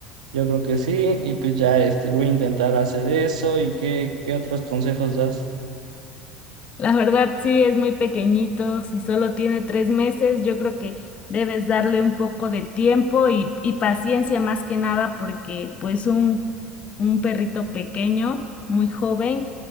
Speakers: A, on the right; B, on the left.
A: yo creo que sí, y pues ya este, voy a intentar hacer eso. ¿Y qué, qué otros consejos das?
B: La verdad, sí, es muy pequeñito. Si solo tiene tres meses, yo creo que debes darle un poco de tiempo y, y paciencia más que nada, porque pues un, un perrito pequeño, muy joven,